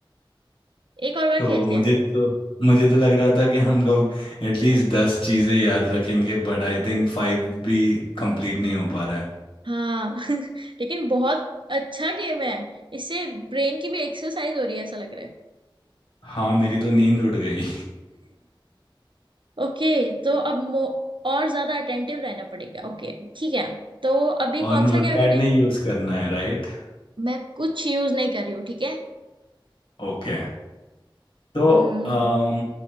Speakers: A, on the right (about 65°); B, on the left (about 75°).
A: एक और बार
B: तो
A: खेलते
B: मुझे
A: हैं
B: तो मुझे तो लग रहा था कि हम लोग एटलीस्ट दस चीजें याद रखेंगे बट आई थिंक फाइव भी कंप्लीट नहीं हो पा रहा है
A: हाँ <laughs> लेकिन बहुत अच्छा गेम है इससे ब्रेन की भी एक्सरसाइज हो रही है ऐसा लग रहा है
B: हाँ मेरी तो नींद उड़ गई
A: <laughs> ओके तो अब मो और ज्यादा अटेंटिव रहना पड़ेगा ओके ठीक है तो अभी कौन
B: और नोटपैड
A: सा क्या करें
B: नहीं यूज करना है राइट
A: मैं कुछ यूज नहीं कर रही हूँ ठीक है
B: ओके तो
A: हम्म,
B: अम